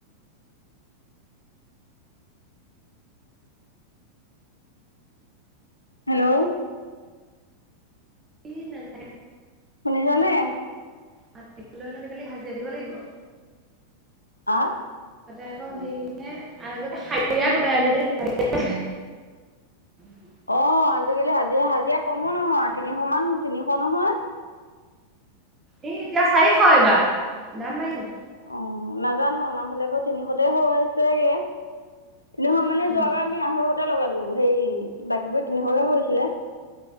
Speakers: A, on the left; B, on the right.
A: হেল্ল'
B: কি নজৰ <unintelligible>
A: শুনিছ নে।
B: মাটি পেলালে আজি কালি হাজিৰা দিব লাগিব।
A: আহ
B: তাতে আকৌ হেৰি হে আগতে শাৰিয়া গোটাই আজিকালি <unintelligible>
A: অ আজিকালি হাজিৰা হাজিৰা কমো নহয় তিনিশ মান তিনিশ নহয়।
B: এই এতিয়া চাৰিশ এইবাৰ, দাম বাঢ়িছে
A: অ নাজানোঁ আমাৰ ফালে বাৰু তিনিশতে হৈ আছেগে। নহয় মানে যোৱা
B: অ',
A: বাৰ আমি আহো। লগালোঁ সেই বাকীবোৰে তিনিশকে কৰিছিলে।